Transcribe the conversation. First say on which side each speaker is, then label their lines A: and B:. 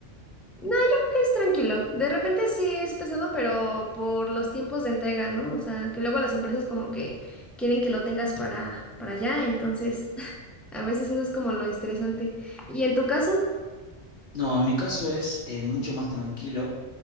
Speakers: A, in the centre; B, on the left.
A: no, yo creo que es tranquilo. De repente sí es pesado, pero por los tiempos de entrega, ¿no? O sea, que luego las empresas como que quieren que lo tengas para, para allá, entonces <laughs> a veces eso es como lo estresante. ¿Y en tu caso?
B: No, en mi caso es eh, mucho más tranquilo.